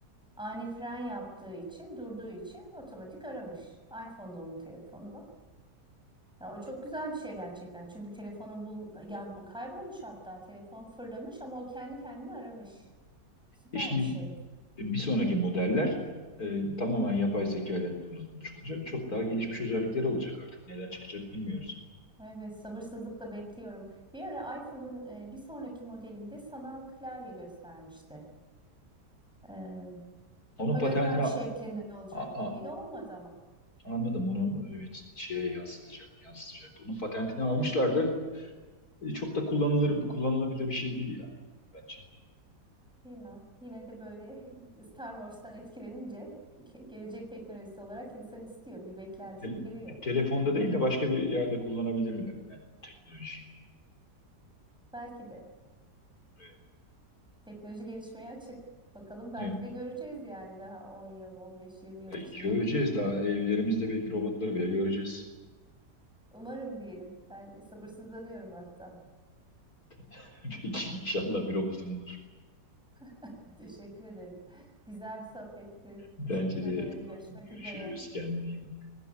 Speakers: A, in the centre; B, on the left (about 60°).
A: Ani fren yaptığı için, durduğu için otomatik aramış. iPhone'da onun telefonu. Ya o çok güzel bir şey gerçekten. Çünkü telefonu bul ya bu kaybolmuş hatta telefon fırlamış ama o kendi kendini aramış. Süper
B: E şimdi
A: bir şey.
B: bir sonraki modeller e, tamamen yapay zeka ile donatılmış olacak. Çok daha gelişmiş özellikleri olacak artık. Neler çıkacak bilmiyoruz.
A: Evet, sabırsızlıkla bekliyorum. Bir ara iPhone'un e, bir sonraki modelinde sanal klavye göstermişti. E,
B: Onun
A: hologram
B: patentini a-
A: şeklinde olacak
B: a-
A: gibiydi. Olmadı ama.
B: anladım. Onu evet şeye yansıtacak, yansıtacak. Onun patentini
A: Evet.
B: almışlardı. E, çok da kullanılır, kullanılabilir bir şey değil ya bence.
A: Bilmem. Yine de böyle <laughs> Star Wars'tan etkilenince ge- gelecek teknolojisi olarak insan istiyor. Bir beklentiye
B: Tel-
A: giriyor.
B: telefonda değil de başka bir yerde kullanabilirler yani teknoloji.
A: Belki de
B: Evet.
A: teknoloji gelişmeye açık. Bakalım belki
B: Evet.
A: de göreceğiz yani daha 10 yıl, 15-20 yıl
B: E,
A: içinde.
B: göreceğiz daha evlerimizde belki robotları bile göreceğiz.
A: Umarım diyelim. Ben sabırsızlanıyorum hatta.
B: <laughs> Belki inşallah bir robotun olur.
A: <laughs> Teşekkür ederim. Güzel bir sohbetti.
B: Bence
A: Teşekkür
B: de
A: ederim.
B: tamam.
A: Görüşmek
B: Görüşürüz.
A: üzere.
B: Kendine iyi bak.